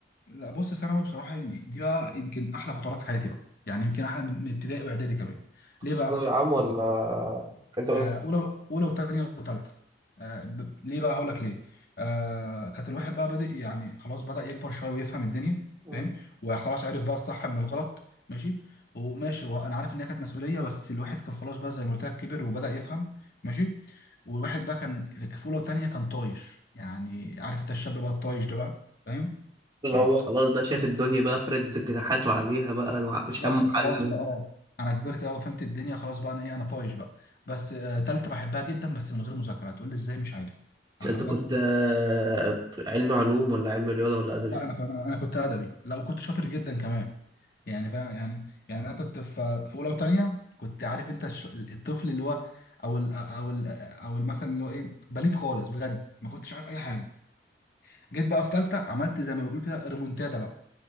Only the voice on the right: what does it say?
كنت
ثانوي
عام ولا أنت بس
مم.
اللي
هو خلاص بقى شايف الدنيا بقى فرد جناحاته عليها بقى الوع-
مش همه
حاجة ده
انت
كنت آه، علمي علوم ولا علمي رياضة ولا أدبي؟